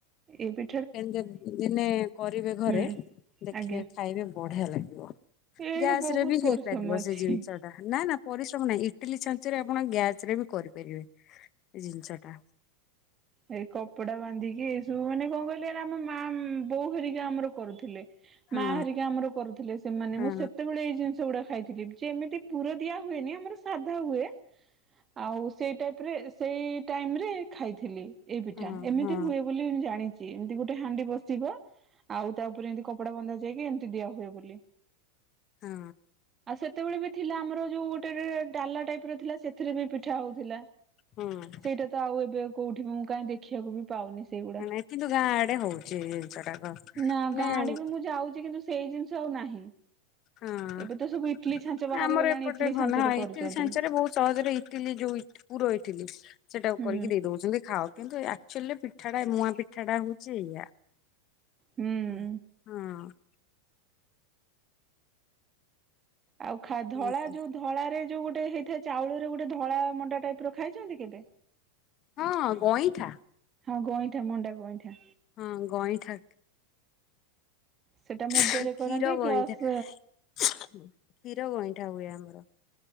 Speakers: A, on the right; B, on the left.
A: ଏବେ
B: କେମିତି ଦିନେ କରିବେ ଘରେ
A: ହୁଁ
B: ଦେଖିବେ
A: ଆଜ୍ଞା
B: ଖାଇବେ ବଢିଆ ଲାଗିବ।
A: ଏଇର
B: ଗ୍ୟାସ
A: ବହୁତ
B: ରେ ବି ହେଇପାରିବ
A: ପରିଶ୍ରମ ଅଛି।
B: ସେ ଜିନିଷ। ନା ନା ପରିଶ୍ରମ ନାହିଁ ଇଟିଲି ଛାଞ୍ଚରେ ଆପଣ ଗ୍ୟାସ ରେ ବି କରିପାରିବେ। ଏ ଜିନିଷ ଟା।
A: ଏଇ କପଡା ବାନ୍ଧିକି ଏଇ ସବୁ ମାନେ କଣ କହିଲେ ଆମ ମା ବୋଉ ଘରିକା ଆମର କରୁଥିଲେ।
B: ହଁ
A: ମା ଘରିକା ଆମର କରୁଥିଲେ ସେମାନେ
B: ହଁ
A: ମୁଁ ସେତେବେଳେ ଏଇ ଜିନିଷ ଗୁଡା ଖାଇଥିଲି। <unintelligible> ଯେ ଏମିତି ପୁର ଦିଆ ହୁଏନି ଆମର ସାଧା ହୁଏ। ଆଉ ସେଇ ଟାଇପରେ ସେଇ ଟାଇମ୍ ରେ ଖାଇଥିଲି। ଏଇ ପିଠା
B: ହଁ
A: ଏମିତି
B: ହଁ
A: ହୁଏ ବୋଲି ଜାଣିଛି ଏମିତି ଗୋଟେ ହାଣ୍ଡି ବସିବ ଆଉ ତା ଉପରେ ଏମିତି କପଡା ବନ୍ଧା ଯାଇକି ଏମିତି ଦିଆ ହୁଏ ବୋଲି।
B: ହଁ।
A: ଆଉ ସେତେବେଳେ ବି ଥିଲା ଆମର ଯୋଉ ଗୋଟେ ଡାଲା ଟାଇପ ର ଥିଲା ସେଥିରେ ବି ପିଠା ହଉଥିଲା
B: ହୁଁ
A: ସେଇଟା ତ ଆଉ ଏବେ କୋଉଠି ମୁଁ କାଇହିଁ ଦେଖିବାକୁ ବି ପାଉନି ସେଇଗୁଡା
B: ନାଇଁ କିନ୍ତୁ ଗାଁ ଆଡେ ହଉଛି ଏଇ ଜିନିଷ ଟାକ
A: ନା
B: ମାନେ
A: ଗାଁଡେ
B: ହଁ
A: ବି ମୁଁ ଯାଉଛି କିନ୍ତୁ ସେଇ ଜିନିଷ ଆଉ ନାହିଁ
B: ହଁ
A: ଏବେ ତ ସବୁ ଇଟଲି ଛାଞ୍ଚ ବାହାରିଗଲାଣି
B: ଆମର ଏପଟେ
A: ଇଟଲି ଛାଞ୍ଚରେ
B: ଘନ ହଁ
A: କରୁଛନ୍ତି
B: ଇଟିଲି ସାଞ୍ଚ ରେ ବହୁତ ସହଜରେ ଇଟିଲି ଯୋଉ ପୁର ଇଥିଲି ସେଟାକୁ
A: ହୁଁ
B: କରିକି ଦେଇ ଦଉଛନ୍ତି ଖାଅ କିନ୍ତୁ ଆଚୁଆଲି ପିଠାଟା ନୂଆ ପିଠାଟା ହଉଛି ଇଆ
A: ହୁଁ।
B: ହଁ।
A: ଆଉ ଖା ଧଳା
B: ଆଉ କଣ
A: ଯୋଉ ଧଳରେ ଯୋଉ ଗୋଟେ ହେଇଥାଏ ଚାଉଳ ରେ ଗୋଟେ ଧଳା ମଣ୍ଡା ଟାଇପ ର ଖାଇଛନ୍ତି କେବେ
B: ହଁ ଗଇଁଠା
A: ହଁ ଗଇଁଠା ମଣ୍ଡା ଗଇଁଠା
B: ହଁ ଗଇଁଠା
A: ସେଟା
B: କ୍ଷୀର
A: ମୁଗରେ କରନ୍ତି
B: ଗଇଁଠା
A: ପ୍ଲସ
B: କ୍ଷୀର ଗଇଁଠା ହୁଏ ଆମର